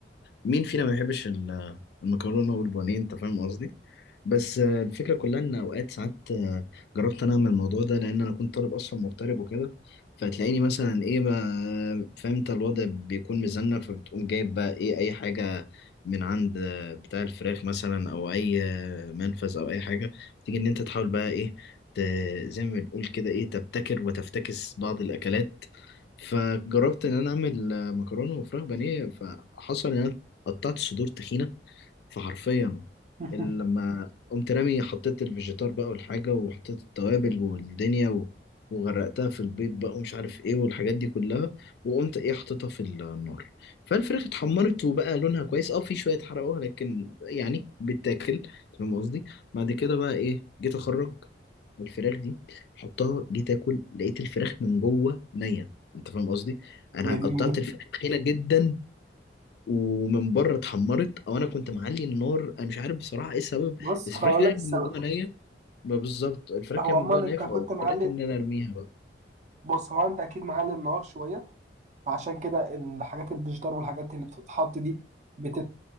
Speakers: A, on the left (about 60°); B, on the right (about 40°).
A: مين فينا ما يحبش ال- المكرونة والبانيه انت فاهم قصدي بس آه، الفكرة كلها إن أوقات ساعات آه، جربت أنا أعمل الموضوع ده لأن أنا كنت طالب أصلا مغترب وكده فتلاقيني مثلا إيه بقى فاهم أنت الوضع بيكون مزنة فبتقوم جايب بقى إيه أي حاجة من عند آه، بتاع الفراخ مثلا أو أي آه، منفذ أو أي حاجة تيجي إن أنت تحاول بقى إيه ت- زي ما بنقول كده إيه تبتكر وتفتكس بعض الأكلات فجربت إن أنا أعمل آه، مكرونة وفراخ بانيه فحصل إن أنا قطعت صدور تخينة فحرفيا
B: <laughs>
A: ال- لما قمت رامي حطيت الفيجيتار بقى والحاجة وحطيت التوابل والدنيا و... وغرقتها في البيض بقى ومش عارف ايه والحاجات دي كلها وقمت ايه حطيتها في النار فالفراخ اتحمرت وبقى لونها كويس اه في شوية اتحرقوها لكن يعني بتاكل فاهم قصدي بعد كده بقى ايه جيت اخرج الفراخ دي حطها جيت اكل لقيت الفراخ من جوه نية انت فاهم قصدي انا
B: يا ديني
A: قطعت الفراخ تخينة جدا ومن بره اتحمرت او انا كنت معلي النار انا مش عارف بصراحه ايه السبب
B: بص
A: بس
B: هقول
A: الفراخ كانت
B: لك السبب
A: من جوه نيه ما بالظبط الفراخ
B: هو
A: كانت
B: عموما
A: من جوه نيه
B: أنت
A: فاضطريت
B: كنت معلي
A: ان انا ارميها بقى
B: بص هو أنت أكيد معلي النار شوية فعشان كده الحاجات الفيجيتار والحاجات اللي بتتحط دي بتت...